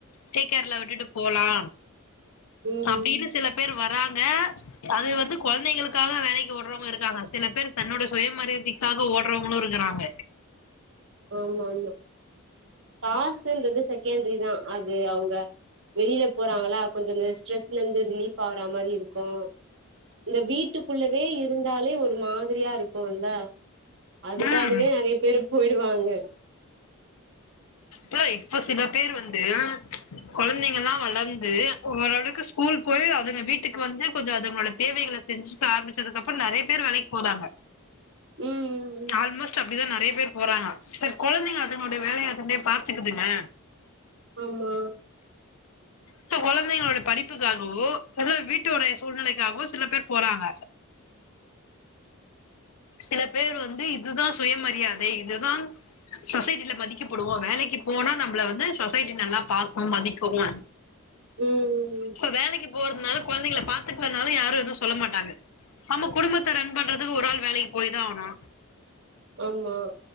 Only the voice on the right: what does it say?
ம்
ஆமாமா காசுன்றது செகண்டரி தா அது அவுங்க வெளில போறாங்களா கொஞ்சோ ஸ்ட்ரஸ்லருந்து ரிலீப் ஆவுற மாரி இருக்கும் இந்த வீட்டுக்குள்ளவே இருந்தாலே ஒரு ஒரு மாதிரியா இருக்கும்ல அதுக்காகவே
நறைய பேர் போய்ட் டுவாங்க
ம் ம் ம்
ஆமா
ம் ம்
ஆமா